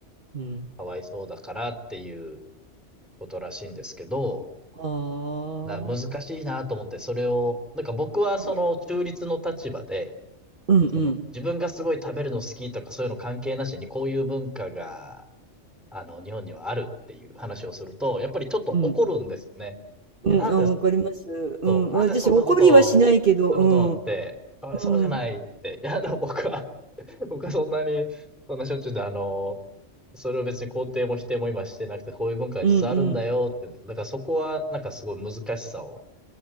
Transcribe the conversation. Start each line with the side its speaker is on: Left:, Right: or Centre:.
Right: うん。
Centre: かわいそうだからっていうことらしいんですけど
Right: はあ。
Centre: だから難しいなと思って、それを、なんか僕はその中立の立場で、
Right: いや、うん、
Centre: その自分がすごい食べるの好きとかそういうの関係なしにこういう文化が、
Right: うん、
Centre: あの、日本にはあるっていう話をすると、やっぱりちょっと怒るんですよね。
Right: うん、うん、
Centre: え、なんで、
Right: あ、わかります。うん、
Centre: そう、なんでそんなことするのって、
Right: 私怒りはしないけど、うん、
Centre: かわいそうじゃないって。
Right: うん、
Centre: いや、でも僕は、僕はそんなに、そんなしょっちゅうで、あの、それを別に肯定も否定も今してなくて、こういう文化が実はあるんだよっていうの。
Right: うん、うん。
Centre: だからそこは、なんかすごい難しさを